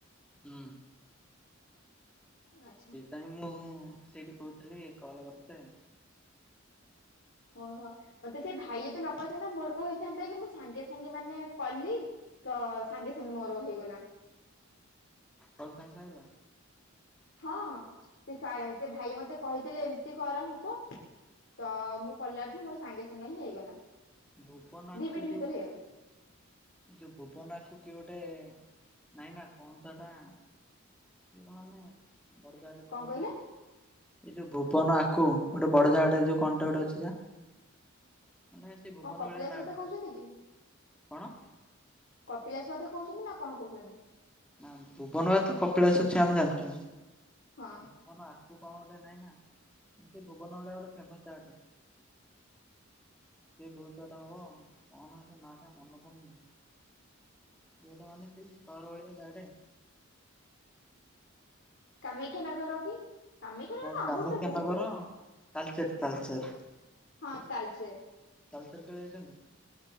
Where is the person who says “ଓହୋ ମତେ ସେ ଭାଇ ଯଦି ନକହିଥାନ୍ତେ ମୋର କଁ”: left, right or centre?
Left